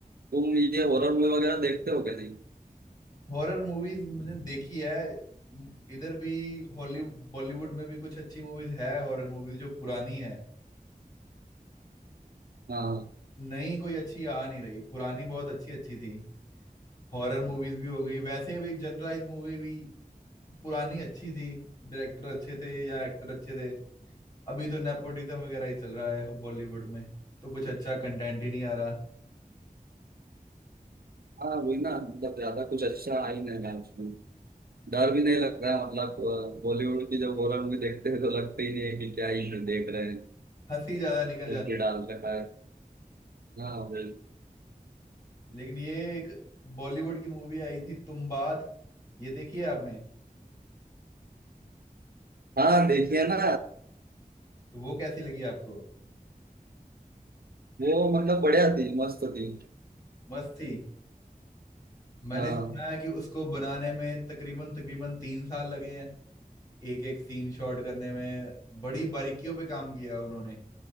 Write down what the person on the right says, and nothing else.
तुम ये हॉरर मूवी वगैरह देखते हो क्या नहीं
हाँ
हाँ वही ना मतलब ज्यादा कुछ अच्छा आ ही नहीं रहा है उसमें डर भी नहीं लग रहा है मतलब बॉलीवुड की जब हॉरर मूवी देखते हैं तो लगते ही नहीं है कि क्या ही देख रहे हैं
कुछ
भी
डाल रखा है हाँ वही
हाँ देखिए ना
वो मतलब बढ़िया थी मस्त थी
हाँ